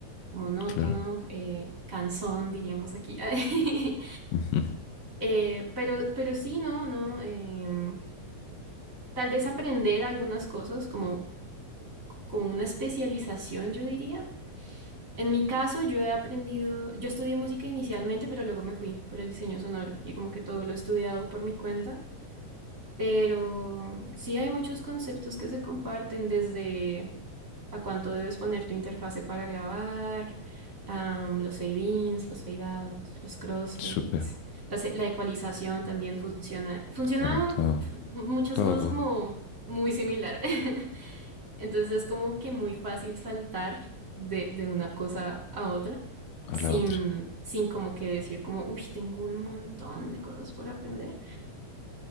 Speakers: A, on the right (about 25°); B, on the left (about 80°).
A: monótono,
B: claro.
A: eh, cansón, diríamos aquí. <laughs>
B: Ujú.
A: Eh, pero, pero sí, no, no. em, tal vez aprender algunas cosas como, como una especialización, yo diría. En mi caso, yo he aprendido, yo estudié música inicialmente, pero luego me fui por el diseño sonoro y como que todo lo he estudiado por mi cuenta. Pero sí hay muchos conceptos que se comparten desde a cuánto debes poner tu interfase para grabar, am, los fade-ins, los fade-outs, los crossfades,
B: Súper,
A: la, se- la ecualización también funciona. Funcionan
B: claro, todo,
A: fu- muchas
B: todo
A: cosas como muy similar. <laughs> Entonces es como que muy fácil saltar de, de una cosa a otra sin,
B: a la otra.
A: sin como que decir como, uy, tengo un montón de cosas por aprender.